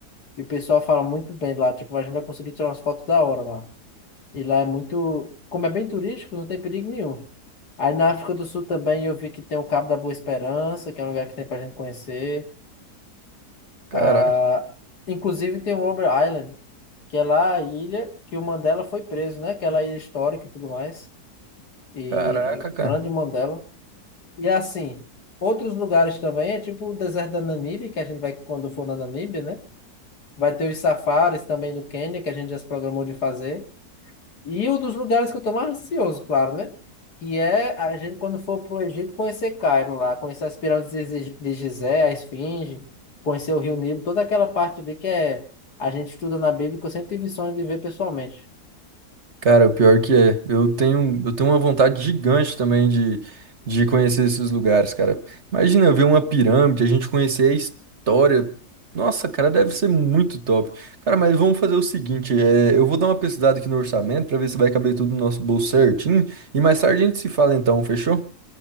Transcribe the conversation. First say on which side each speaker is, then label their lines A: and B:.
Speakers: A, on the left (about 80°); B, on the right (about 45°).
A: E o pessoal fala muito bem lá, tipo, a gente vai conseguir tirar umas fotos da hora lá. E lá é muito, como é bem turístico, não tem perigo nenhum. Aí na África do Sul também eu vi que tem o Cabo da Boa Esperança, que é um lugar que tem pra gente conhecer.
B: Caraca,
A: Ah, inclusive tem o Robber Island, que é lá a ilha que o Mandela foi preso, né? Aquela ilha histórica e tudo mais. E,
B: caraca,
A: e o
B: cara.
A: grande Mandela. E assim, outros lugares também, é tipo o deserto da Namíbia, que a gente vai quando for na Namíbia, né? Vai ter os safaris também no Quênia, que a gente já se programou de fazer. E um dos lugares que eu tô mais ansioso, claro, né? Que é a gente, quando for pro Egito, conhecer Cairo lá, conhecer as pirâmides de Giz- de Gizé, a Esfinge, conhecer o Rio Nilo, toda aquela parte ali que é, a gente estuda na Bíblia, que eu sempre tive sonho de ver pessoalmente.
B: Cara, o pior que é, eu tenho, eu tenho uma vontade gigante também de, de conhecer esses lugares, cara. Imagina eu ver uma pirâmide, a gente conhecer a história. Nossa, cara, deve ser muito top. Cara, mas vamos fazer o seguinte, é, eu vou dar uma pesquisada aqui no orçamento pra ver se vai caber tudo no nosso bolso certinho e mais tarde a gente se fala então, fechou?